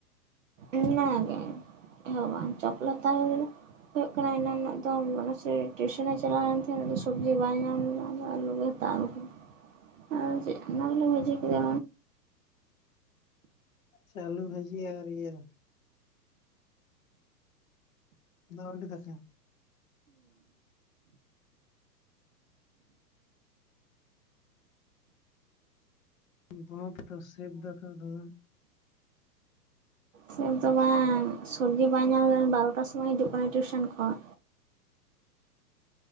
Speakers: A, on the right (about 50°); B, on the left (about 55°).
A: ᱚᱱᱟ ᱜᱮ ᱪᱮᱫ ᱦᱚ ᱵᱟᱝ, ᱪᱚᱯ ᱞᱮ ᱦᱟᱛᱟᱣ ᱟᱜᱩ ᱠᱮᱫᱟ᱾ ᱦᱩᱭᱩᱜ ᱠᱟᱱᱟ ᱮᱱᱟᱱᱟᱜ ᱫᱚ ᱵᱚᱱᱚᱥᱥᱨᱤ ᱴᱤᱭᱩᱥᱚᱱᱮ ᱪᱟᱞᱟᱣ ᱞᱮᱱ ᱛᱟᱦᱮᱸ ᱟᱫᱚ ᱥᱚᱵᱽᱡᱤ ᱵᱟᱭ ᱧᱟᱢ ᱞᱮᱫᱟ, ᱟᱫᱚ ᱟᱞᱩᱜᱮ ᱦᱟᱛᱟᱣ ᱟᱜᱩ ᱠᱮᱫᱟ, ᱟᱫᱚ ᱪᱮᱫ ᱚᱱᱟ ᱜᱮᱞᱮ ᱵᱷᱟᱡᱤ ᱠᱮᱫᱟ᱾
B: ᱪᱮ ᱟᱞᱩ ᱵᱷᱟᱡᱤ ᱟᱨ ᱤᱭᱟᱹ ᱫᱟᱜ ᱢᱟᱹᱰᱤ ᱫᱟᱠᱟ? ᱩᱸᱜ <unintelligible> ᱫᱟᱢᱮ ᱥᱮᱵ ᱫᱟᱛᱟ ᱫᱚᱢᱮ᱾
A: ᱥᱮᱵ ᱫᱚ ᱵᱟᱝ ᱥᱚᱵᱽᱡᱤ ᱵᱟᱭ ᱧᱟᱢ ᱞᱮᱱ ᱵᱟᱨᱚᱴᱟ ᱥᱩᱢᱚᱭ ᱦᱤᱡᱩᱜ ᱠᱟᱱᱟ ᱴᱤᱭᱩᱥᱮᱱ ᱠᱷᱚᱡ᱾